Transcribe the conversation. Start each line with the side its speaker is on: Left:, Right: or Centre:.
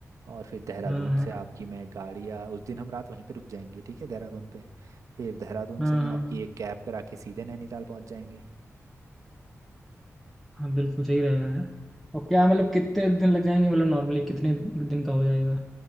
Right: और फिर देहरादून
Centre: हाँ हाँ
Right: से आपकी मैं गाड़ी या उस दिन हम रात वहीं पे रुक जाएंगे ठीक है देहरादून पे फिर देहरादून
Centre: हाँ
Right: से मैं
Centre: हाँ
Right: आपकी
Centre: हाँ,
Right: एक कैब करा के सीधे नैनीताल पहुंच जाएंगे
Centre: हाँ, बिल्कुल सही रहेगा यार और क्या मतलब कितने दिन लग जाएंगे मतलब नॉर्मली कितने दिन का हो जाएगा